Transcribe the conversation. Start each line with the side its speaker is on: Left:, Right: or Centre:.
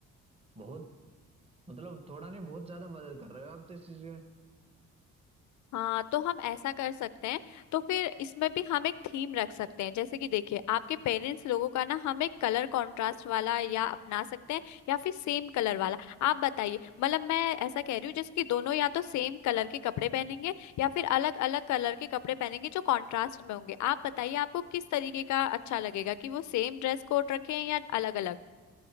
Right: बहुत मतलब थोड़ा नहीं बहुत ज्यादा मदद कर रहे हो आप तो इस चीज में
Left: हाँ तो हम ऐसा कर सकते हैं तो फिर इसमें भी हम एक थीम रख सकते हैं जैसे कि देखिए आपके पेरेंट्स लोगों का ना हम एक कलर कंट्रास्ट वाला या अपना सकते हैं या फिर सेम कलर वाला आप बताइए मतलब मैं ऐसा कह रही हूँ जैसे कि दोनों या तो सेम कलर के कपड़े पहनेंगे या फिर अलग अलग कलर के कपड़े पहनेंगे जो कॉन्ट्रास्ट में होंगे आप बताइए आपको किस तरीके का अच्छा लगेगा कि वो सेम ड्रेस कोड रखें या अलग अलग